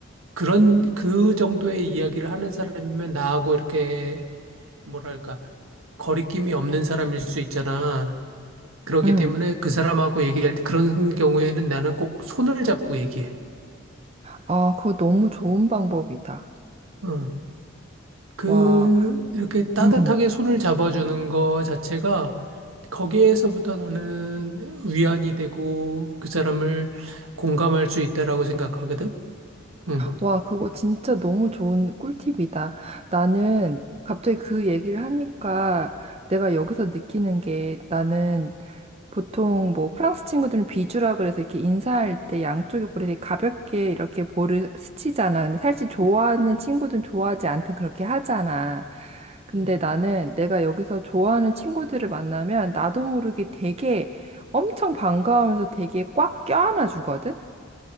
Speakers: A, on the right (about 85°); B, on the right (about 30°).
A: 그런 그 정도의 이야기를 하는 사람이면 나하고 이렇게 뭐랄까 거리낌이 없는 사람일 수 있잖아. 그렇기
B: 응.
A: 때문에 그 사람하고 얘기할 때 그런 경우에는 나는 꼭 손을 잡고 얘기해.
B: 아, 그거 너무 좋은 방법이다.
A: 응. 그,
B: 와.
A: 이렇게 따뜻하게
B: 음.
A: 손을 잡아주는 거 자체가 거기에서부터 나는 위안이 되고 그 사람을 공감할 수 있다라고 생각하거든. 응.
B: 와, 그거 진짜 너무 좋은 꿀팁이다. 나는 갑자기 그 얘기를 하니까 내가 여기서 느끼는 게 나는 보통 뭐 프랑스 친구들은 비주라 그래서 이렇게 인사할 때 양쪽에 볼에 되게 가볍게 이렇게 볼을 스치잖아. 근데 사실 좋아하는 친구들은 좋아하지 않든 그렇게 하잖아. 근데
A: 음.
B: 나는 내가 여기서 좋아하는 친구들을 만나면 나도 모르게 되게 엄청 반가워하면서 되게 꽉 껴안아 주거든?